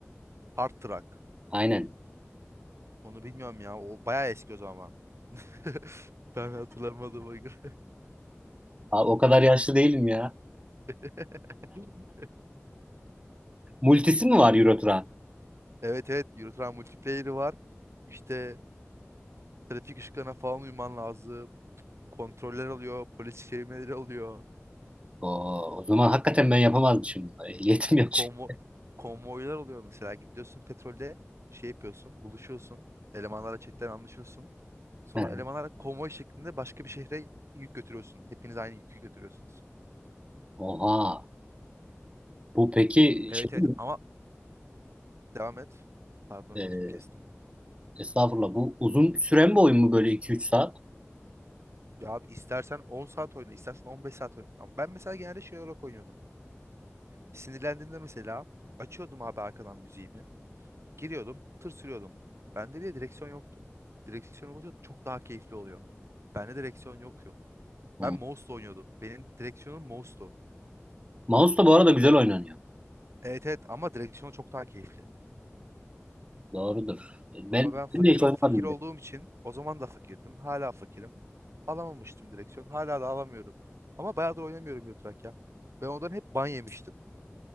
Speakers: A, on the right; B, on the right.
A: Hard Truck,
B: Aynen.
A: Onu bilmiyorum ya. O bayağı eski o zaman. <laughs> Ben hatırlamadığıma göre.
B: Abi o kadar yaşlı değilim ya.
A: <laughs>
B: Multisi mi var Euro Truck'ın?
A: Evet evet Euro multiplayer'i var. İşte trafik ışıklarına falan uyman lazım. Kontroller oluyor, polis çevirmeleri oluyor.
B: Oo, o zaman hakikaten ben yapamazmışım. Ehliyetim yok çünkü.
A: Konvo konvoylar oluyor mesela. Gidiyorsun petrolde şey yapıyorsun, buluşuyorsun. Elemanlarla chatten anlaşıyorsun. Sonra
B: <laughs> Heh.
A: elemanlarla konvoy şeklinde başka bir şehre yük götürüyorsun. Hepiniz aynı yükü götürüyorsunuz.
B: Oha. Bu peki
A: Evet
B: şey
A: evet
B: mi?
A: ama Devam et. Pardon
B: Heh.
A: sözünü kestim.
B: Estağfurullah. Bu uzun süren bir oyun mu böyle iki üç saat?
A: Ya abi istersen 10 saat oyna, istersen 15 saat oyna. Ama ben mesela genelde şey olarak oynuyordum. Sinirlendiğimde mesela açıyordum abi arkadan müziğimi. Giriyordum, tır sürüyordum. Bende bile direksiyon yoktu. Direksiyon olunca çok daha keyifli oluyor. Bende direksiyon yok yo.
B: Hı.
A: Ben mouse'la oynuyordum. Benim direksiyonum mouse'tu.
B: Mouse da bu arada güzel oynanıyor.
A: Evet evet ama direksiyon çok daha keyifli.
B: Doğrudur. Ben,
A: Ama ben fakir
B: ben de hiç
A: o
B: oynamadım.
A: fakir
B: bile.
A: olduğum için o zaman da fakirdim. Hala fakirim. Alamamıştım direksiyon. Hala da alamıyorum. Ama bayağıdır oynamıyorum Euro Truck ya. Ben ondan hep ban yemiştim.